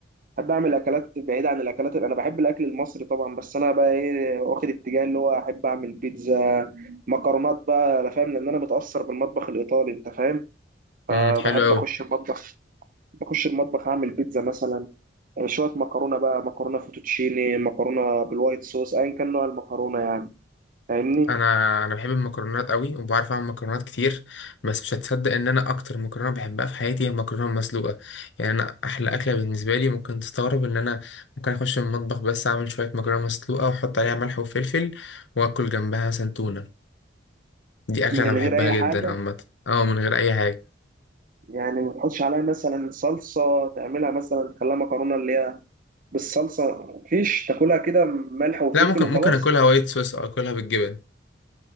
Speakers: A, on the right (about 45°); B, on the left (about 70°).
A: بحب اعمل اكلات بعيد عن الاكلات انا بحب الاكل المصري طبعا بس انا بقى ايه واخد اتجاه اللي هو احب اعمل بيتزا مكرونات بقى انا فاهم لان انا متاثر بالمطبخ الايطالي انت فاهم فبحب
B: امم حلو قوي
A: اخش المطبخ بخش المطبخ اعمل بيتزا مثلا آه، شويه مكرونه بقى مكرونه فوتوتشيني مكرونه بالوايت صوص ايا كان نوع المكرونه يعني فاهمني
B: انا انا بحب المكرونات قوي وبعرف اعمل مكرونات كتير بس مش هتصدق ان انا اكتر مكرونه بحبها في حياتي هي المكرونه المسلوقه يعني انا احلى اكله بالنسبه لي ممكن تستغرب ان انا ممكن اخش المطبخ بس اعمل شويه مكرونه مسلوقه واحط عليها ملح وفلفل واكل جنبها سنتونه دي اكله
A: من
B: انا بحبها
A: غير اي
B: جدا
A: حاجه
B: عامه اه من غير اي حاجه
A: يعني ما تحطش عليها مثلا صلصة تعملها مثلا تخليها مكرونة اللي هي بالصلصة مفيش تاكلها كده ملح وفلفل
B: لا ممكن
A: وخلاص
B: ممكن اكلها وايت صوص او اكلها بالجبن